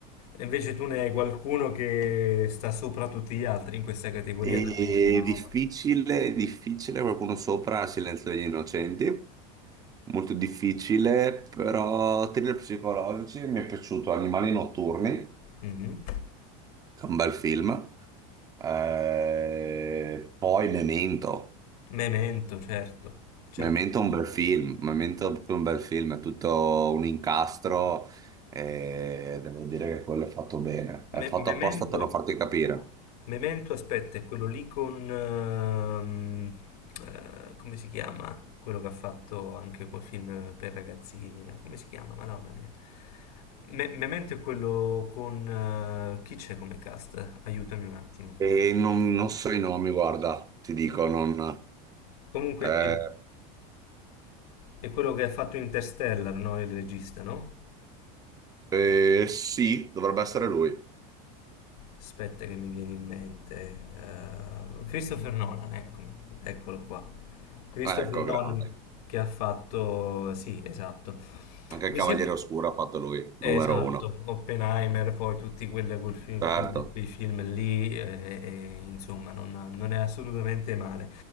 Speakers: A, on the left; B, on the right.
A: E Invece tu ne hai qualcuno che sta sopra tutti gli altri in questa categoria,
B: E
A: tra quelli che hai visto.
B: difficile, difficile, qualcuno sopra Silenzio degli Innocenti. Molto difficile, però thriller psicologici, mi è piaciuto Animali Notturni,
A: Mhm.
B: che è un bel film. Eh, poi Memento.
A: Memento, certo, certo.
B: Memento è un bel film, Memento è proprio un bel film, è tutto un incastro e devo dire che quello è fatto bene, è
A: Me-
B: fatto
A: Memento,
B: apposta per non farti capire.
A: Memento, aspetta, è quello lì con... ehm, eh, come si chiama? Quello che ha fatto anche quel film per ragazzini, là. Come si chiama? Madonna mia. Me- Memento è quello con... eh, chi c'è come cast? Aiutami un attimo.
B: E non, non so i nomi, guarda, ti dico, non...
A: Comunque,
B: Eh,
A: è, è quello che ha fatto Interstellar, no? Il regista, no?
B: eh, sì, dovrebbe essere lui.
A: Aspetta che mi viene in mente. eh, Christopher Nolan, eccomi, eccolo qua. Christopher
B: Ecco,
A: Nolan
B: grande.
A: che ha fatto... Sì, esatto.
B: Anche
A: Mi
B: il Cavaliere
A: sembra...
B: Oscuro ha fatto lui,
A: Esatto,
B: numero uno.
A: Oppenheimer, poi tutti quelle- quel film-
B: Certo,
A: quei film lì, eh, eh, insomma, non non è assolutamente male.